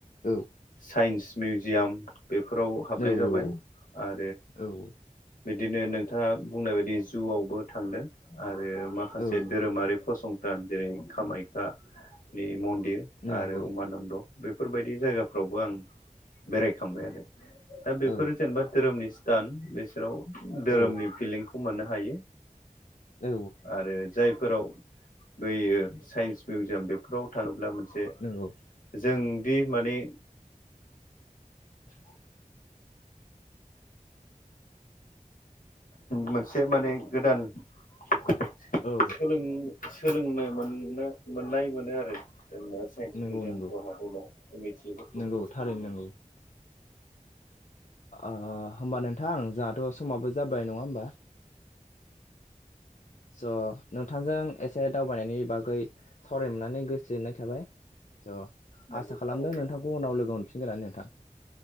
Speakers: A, on the left; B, on the left.
A: औ।
B: साइन्स मिउजियाम बेफोराव
A: औ
B: हाबनाय
A: औ
B: जाबाय आ
A: औ औ।
B: बिदिनो नोंथाङा बुंनाय बायदि जुआवबो थांदों आ आरो माखासे
A: औ
B: धोरोमारि फसंथान जेरै कामाख्यानि मन्दिर
A: नंगौ
B: आरो उमानन्द बेफोरबायदि जायगाफ्रावबो आं बेरायखांबाय आरो। दा बेफोरो
A: औ
B: जेनेबा धोरोमनि स्थान बिसोराव धोरोमनि
A: औ
B: फिलिं खौ मोननो हायो
A: औ
B: आरो जायफोराव बैयो साइन्स मिउजियाम बेफोराव थाङोब्ला मोन से
A: नंगौ
B: जोंदि माने <inaudible> मोनसे माने गोदान <inaudible>
A: औ
B: सोलों सोलोंनो मोननो मोननाय मोनो आरो। जोंनो साइन्स
A: नंगौ
B: मिउजियामफोराव
A: नंगौ
B: हाबोबा मिथियिफोरखौ
A: नंगौ
B: मिथिनो
A: थारैनो
B: मोनो।
A: नंगौ ओ आं होमबा नोंथां जोंहाथ' समाबो जाबाय नङा होमबा? स' नोंथांजों एसे दावबायनायनि बागै सावरायनो मोननानै गोसो गोजोननाय थाबाय। थ'
B: नंगौ
A: आसा खालामदों
B: थारैनो
A: नोंथांखौ उनाव लोगो मोनफिनगोन नोंथां।